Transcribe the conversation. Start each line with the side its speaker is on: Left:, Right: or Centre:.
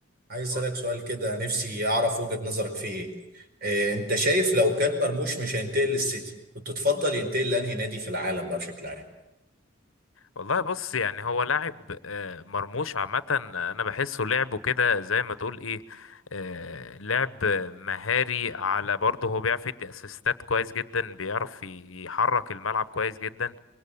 Right: عايز أسألك
Left: قول.
Right: سؤال كده نفسي أعرف وجهة نظرك فيه إيه إيه، أنت شايف لو كان مرموش مش هينتقل للسيتي كنت تفضل ينتقل لأنهي نادي في العالم بقى بشكل عام
Left: والله بص يعني هو لاعب آه، مرموش عامة أنا بحسه لعبه كده زي ما تقول إيه آه، لعب مهاري على برضه هو بيعرف يدي أسيستات كويس جدا بيعرف يحرك الملعب كويس جدا